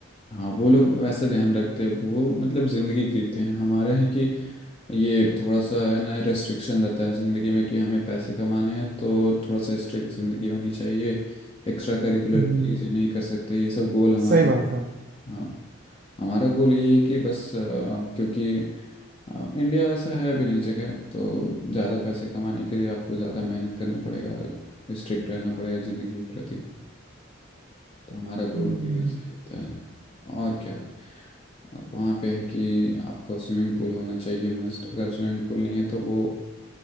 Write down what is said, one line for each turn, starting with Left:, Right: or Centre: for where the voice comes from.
Left: हाँ वो लोग वैसे ध्यान रखते हैं वो मतलब ज़िंदगी जीते हैं हमारे हैं कि ये थोड़ा सा है ना रेस्ट्रिक्शन रहता है ज़िंदगी में कि हमें पैसे कमाने हैं तो थोड़ा सा स्ट्रिक्ट ज़िंदगी होनी चाहिए एक्स्ट्रा करिकुलर
Right: हम्म,
Left: चीज़ें नहीं कर सकते ये सब गोल हमारे
Right: सही बात है
Left: हाँ हमारा गोल यही है कि बस अ, क्योंकि अ, इंडिया वैसा है भी नहीं जगह तो ज़्यादा पैसे कमाने के लिए आपको ज़्यादा मेहनत करना पड़ेगा स्ट्रिक्ट रहना पड़ेगा ज़िंदगी के प्रति तो हमारा गोल
Right: हम्म,
Left: भी ऐसा ही होता है और क्या और वहाँ पे है कि आपका स्विमिंग पूल होना चाहिए मस्ट अगर स्विमिंग पूल नहीं है तो वो